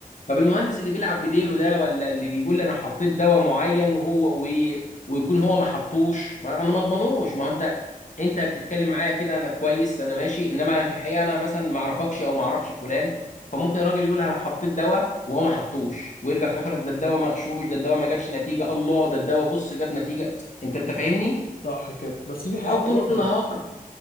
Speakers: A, on the left (about 55°); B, on the left (about 80°).
A: طب المهندس اللي بيلعب بديله ده ولا اللي بيقول انا حطيت دواء معين وهو و... ويكون هو ما حطوش ما انا ما اضمنوش ما هو انت انت بتتكلم معايا كده انا كويس انا ماشي انما انا في الحقيقه انا مثلا ما اعرفكش او ما اعرفش فلان فممكن الراجل يقول انا حطيت دواء وهو ما حطوش ويرجع في الاخر يقول لك ده الدواء مغشوش ده الدواء ما جابش نتيجه الله ده الدواء بص جاب نتيجه انت انت فاهمني
B: صح كده بس في حاجه
A: او طول
B: برضو
A: النهار